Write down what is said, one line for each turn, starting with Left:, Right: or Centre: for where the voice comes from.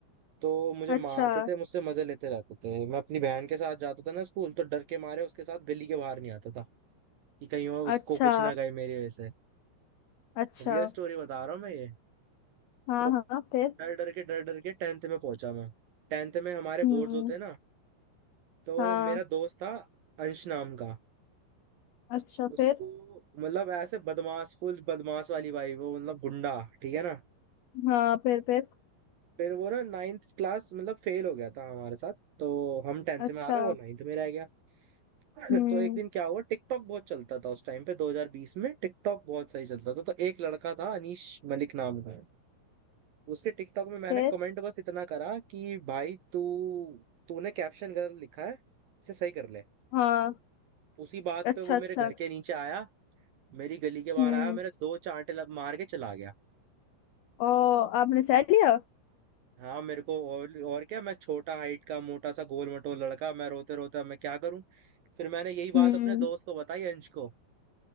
Right: तो मुझे
Left: अच्छा
Right: मारते थे मुझसे मजे लेते रहते थे मैं अपनी बहन के साथ जाता था ना स्कूल तो डर के मारे उसके साथ गली के बाहर नहीं आता था कि कहीं और उसको
Left: अच्छा
Right: कुछ ना कहे मेरी वजह से
Left: अच्छा
Right: रियल स्टोरी बता रहा हूँ मैं ये
Left: हाँ
Right: तो
Left: हाँ फिर
Right: डर डर के डर डर के टेंथ में पहुंचा मैं टेंथ में हमारे
Left: हम्म
Right: बोर्ड्स होते हैं ना तो
Left: हाँ
Right: मेरा दोस्त था अंश नाम का
Left: अच्छा
Right: उसको
Left: फिर
Right: मतलब ऐसे बदमाश फुल बदमाश वाली भाई वो मतलब गुंडा ठीक है ना
Left: हाँ फिर फिर
Right: फिर वो ना नाइन्थ क्लास मतलब फेल हो गया था हमारे साथ तो हम टेंथ
Left: अच्छा
Right: में आ गए वो नाइन्थ में रह गया
Left: हम्म
Right: <laughs> तो एक दिन क्या हुआ टिकटॉक बहुत चलता था उस टाइम पे 2020 में टिकटॉक बहुत सही चलता था तो एक लड़का था अनीश मलिक नाम का उसके टिकटॉक में मैंने
Left: फिर
Right: कमेंट बस इतना करा कि भाई तू तूने कैप्शन गलत लिखा है इसे सही कर ले
Left: हाँ
Right: उसी बात
Left: अच्छा
Right: पे वो
Left: अच्छा
Right: मेरे घर के नीचे आया मेरी गली के
Left: हम्म
Right: बाहर आया मेरे दो चांटे लब मार के चला गया
Left: ओ आपने सह लिया
Right: हाँ मेरे को और और क्या मैं छोटा हाइट का मोटा सा गोल मटोल लड़का मैं रोते रोते अब मैं क्या करूं फिर मैंने यही बात
Left: हम्म
Right: अपने दोस्त को बताई अंश को